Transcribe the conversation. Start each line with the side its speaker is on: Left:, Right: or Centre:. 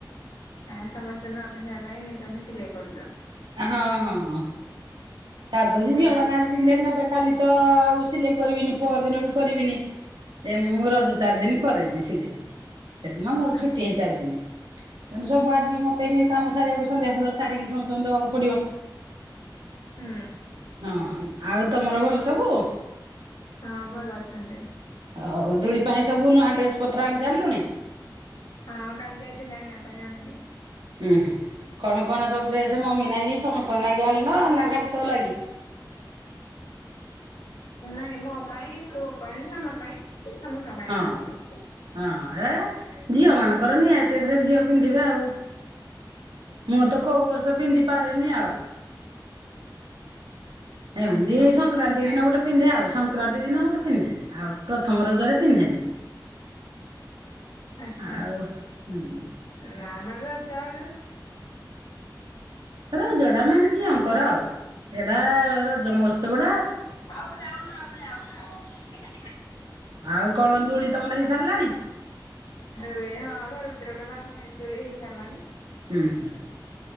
Left: ଆ ସମସ୍ତେ ନୂଆ ପିନ୍ଧିବା ପାଇଁ ତମେ ସିଲେଇ କରୁଚ।
Right: ହଁ- ହଁ -ହଁ ସାର୍ ଦଉଚି
Left: ଆ
Right: ଝିଅ ମାନେ ଆଜି ପିଲେ ନେବେ କାଲି ତ ଆଉ ସିଲେଇ କରିବିନି ପର୍ ଦିନ ବି କରିବିନି। ଏ ମୁଁ ରଜ ଚାର୍ ଦିନି କରେନି ସିଲେଇ। ସେଦିନ ମୋର ଛୁଟି
Left: ଆଚ୍ଛା।
Right: ହେଇ ଚାରି ଦିନି ତେଣୁ ସବୁ ଆଜି ମତେ ହିଁ କାମ ସାରିବାକୁ ସନ୍ଧ୍ୟା ସୁଧା ସାରିକି ସମ ଙ୍କୁ ଦବାକୁ ପଡିିବ।
Left: ହୁଁ।
Right: ହଁ ଆଉ ତମର ଭଲ ସବୁ?
Left: ହଁ ଭଲ ଅଛନ୍ତି।
Right: ହଉ ଦୁଳି ପାଇଁ ସବୁ ନୂଆ ଡ୍ରେସ୍ ପତ୍ର ଆଣି ସାରିଲୁଣି?
Left: ହଁ କାଲି ଯାଇଥିଲି ଆଣିବା ପାଇଁ ଆଣିଲି।
Right: ହୁଁ -ହୁଁ କଣ -କଣ ସବୁ ଡ୍ରେସେ ମମି ନାଗି ସମସ୍ତଙ୍କ ନାଗି ଆଣିଲ ନା ଖାଲି ତ ଲାଗି?
Left: ନାଇଁ ମୋ ପାଇଁ, ପୁଅ ପାଇଁ, ମାମା ପାଇଁ ସମସ୍ତଙ୍କ ପାଇଁ
Right: ହଁ।
Left: ଆଣାହେଇଚି।
Right: ହଁ ଏ ଝିଅ ମାନଙ୍କର ନିହାତି ଏଥେରେ ଝିଅ ପିନ୍ଧିବେ ଆଉ। ମୁଁ ତ କଉ ବର୍ଷ ପିନ୍ଧି ପାରେନି ଆଉ। ଏମିତି
Left: ଆଚ୍ଛା।
Right: ସଂକ୍ରାନ୍ତି ଦିନ ଗୋଟେ ପିନ୍ଧେ ଆଉ ସଂକ୍ରାନ୍ତି ଦିନ ଗୋଟେ ପିନ୍ଧେ ଆଉ ପ୍ରଥମ ରଜରେ ପିନ୍ଧେନି।
Left: ଆଚ୍ଛା।
Right: ଆଉ ହୁଁ।
Left: ନା ମ ରଜରେ।
Right: ରଜଟା ମାନେ ଝିଅଙ୍କର ଆଉ ଏରା ରଜ ମହୋତ୍ସବ ଟା
Left: ଆଉଡ ଆଉ ଆଉ ଆଉ <unintelligible>
Right: ଆଉ କଣ ଦୁଳି ତମର ହେଇସାରିଲାଣି?
Left: ଦୋଳି ହଁ ଘର ଭିତରେ ଗୋଟେ ବାନ୍ଧା ହେଇ ଦୋଳି ହେଇ ସାଇଲାଣି।
Right: ହୁଁ ହୁଁ